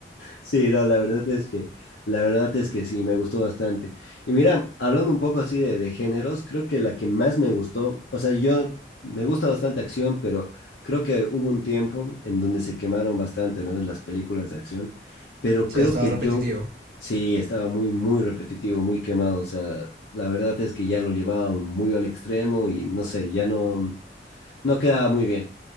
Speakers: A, on the left (about 85°); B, on the right (about 55°).
A: Sí, no, la verdad es que, la verdad es que sí, me gustó bastante. Y mira, hablando un poco así de, de géneros, creo que la que más me gustó, o sea, yo me gusta bastante acción, pero creo que hubo un tiempo en donde se quemaron bastante, ¿no? Las películas de acción, pero
B: Sí,
A: creo
B: estaba
A: que
B: repetitivo.
A: yo sí estaba muy, muy repetitivo, muy quemado, o sea, la verdad es que ya lo llevaban muy al extremo y no sé, ya no, no quedaba muy bien